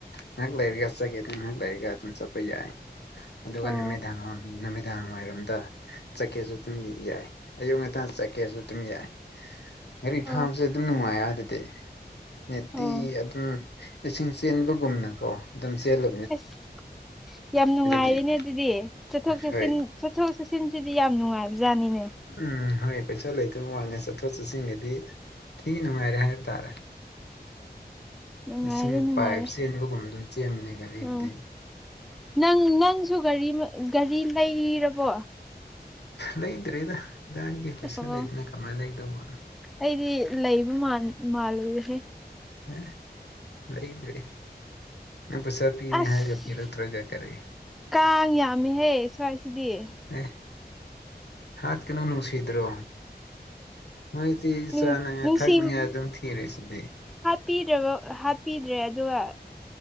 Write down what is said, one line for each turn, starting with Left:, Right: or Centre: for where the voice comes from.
Left: ꯉꯥꯏꯍꯥꯛ ꯂꯩꯔꯒ ꯆꯠꯒꯦ ꯑꯗꯨ ꯉꯥꯏꯍꯥꯛ ꯂꯩꯔꯒ ꯑꯗꯨꯝ ꯆꯠꯄ ꯌꯥꯏ ꯑꯗꯨꯒ
Centre: ꯑꯣ
Left: ꯅꯨꯃꯤꯗꯥꯡ ꯅꯨꯃꯤꯗꯥꯡ ꯋꯥꯏꯔꯝꯗ ꯆꯠꯀꯦꯁꯨ ꯑꯗꯨꯝ ꯌꯥꯏ ꯑꯌꯨꯛ ꯉꯟꯇꯥ ꯆꯠꯀꯦ ꯀꯦꯁꯨ ꯑꯗꯨꯝ ꯌꯥꯏ ꯒꯥꯔꯤ
Centre: ꯑꯣ
Left: ꯐꯥꯕꯁꯨ ꯑꯗꯨꯝ ꯅꯨꯡꯉꯥꯏ ꯑꯥꯗꯗꯤ ꯅꯦꯠꯇꯤ
Centre: ꯑꯣ
Left: ꯑꯗꯨꯝ ꯏꯁꯤꯡ ꯆꯦꯟꯕꯒꯨꯝꯅꯀꯣ ꯑꯗꯨꯝ ꯆꯦꯜꯂ
Centre: ꯑꯁ ꯌꯥꯝ ꯅꯨꯡꯉꯥꯏꯔꯤꯅꯦ
Left: ꯂꯩꯇꯦ
Centre: ꯑꯗꯨꯗꯤ ꯆꯠꯊꯣꯛ ꯆꯠꯁꯤꯟ
Left: ꯍꯣꯏ
Centre: ꯆꯠꯊꯣꯛ ꯆꯠꯁꯤꯟꯁꯤꯗꯤ ꯌꯥꯝ ꯅꯨꯡꯉꯥꯏꯕ ꯖꯥꯠꯅꯤꯅꯦ
Left: ꯎꯝ ꯍꯣꯏ ꯄꯩꯁꯥ ꯂꯩꯇꯕ ꯋꯥꯅꯤ ꯆꯠꯊꯣꯛ ꯆꯠꯁꯤꯟꯒꯤꯗꯤ ꯊꯤ ꯅꯨꯡꯉꯥꯏꯔꯦ ꯍꯥꯏꯕ ꯇꯥꯔꯦ
Centre: ꯅꯨꯡꯉꯥꯏꯔꯦ
Left: ꯏꯁꯤꯡ
Centre: ꯅꯨꯡꯉꯥꯏꯔꯦ
Left: ꯄꯥꯏꯞ ꯆꯦꯟꯕꯒꯨꯝꯕ ꯑꯗꯨꯝ ꯆꯦꯟꯕꯅꯦ ꯒꯥꯔꯤꯗꯨꯗꯤ
Centre: ꯎꯝ ꯅꯪ ꯅꯪꯁꯨ ꯒꯥꯔꯤ ꯒꯥꯔꯤ ꯂꯩꯔꯕꯣ?
Left: ꯂꯩꯗꯔꯦꯗ ꯗꯥꯒꯤ ꯄꯩꯁꯥ
Centre: ꯑꯣ
Left: ꯂꯩꯗꯅ ꯀꯃꯥꯏꯅ ꯂꯩꯗꯧꯕ
Centre: ꯑꯩꯗꯤ ꯂꯩꯕ ꯃꯥꯟ ꯃꯥꯜꯂꯨꯔꯦꯍꯦ
Left: ꯑꯦ ꯂꯩꯗ꯭ꯔꯔꯤ ꯅꯪ ꯄꯩꯁꯥ ꯄꯤꯅꯤ
Centre: ꯑꯁ
Left: ꯍꯥꯏꯔꯒ ꯄꯤꯔꯛꯇ꯭ꯔꯒ ꯀꯔꯤ
Centre: ꯀꯥꯡ ꯌꯥꯝꯃꯤꯍꯦ ꯁ꯭ꯋꯥꯏꯁꯤꯗꯤ
Left: ꯑꯦ ꯍꯥꯠ ꯀꯩꯅꯣ ꯅꯨꯡꯁꯤꯗ꯭ꯔꯣ ꯃꯣꯏꯗꯤ
Centre: ꯅꯨꯡ
Left: ꯆꯥꯅꯉꯥꯏ
Centre: ꯅꯨꯡꯁꯤ
Left: ꯊꯛꯅꯤꯡꯉꯥꯏ ꯑꯗꯨꯝ ꯊꯤꯔꯤꯁꯤꯗꯤ
Centre: ꯄꯤꯗ꯭ꯔꯕ ꯍꯥꯞꯄꯤꯗ꯭ꯔꯦ ꯑꯗꯨꯒ